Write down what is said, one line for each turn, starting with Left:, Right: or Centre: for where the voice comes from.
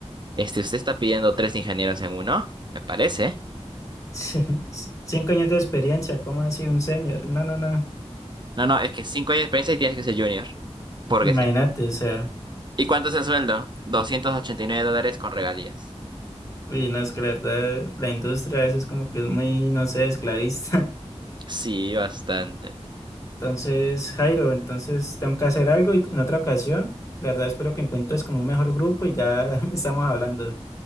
Right: Este, usted está pidiendo tres ingenieros en uno, me parece.
Left: Sí, c- cinco años de experiencia, ¿cómo así un senior? No, no, no.
Right: No, no, es que cinco años de experiencia y tienes que ser junior, porque
Left: Imagínate,
Right: sí.
Left: o sea.
Right: ¿Y cuánto es el sueldo? 289 dólares con regalías.
Left: Uy, no, es que la verdad, la industria a veces como que es muy, no sé, esclavista.
Right: Sí, bastante.
Left: Entonces, Jairo, entonces tengo que hacer algo y en otra ocasión, la verdad espero que encuentres como un mejor grupo y ya <laughs> estamos hablando.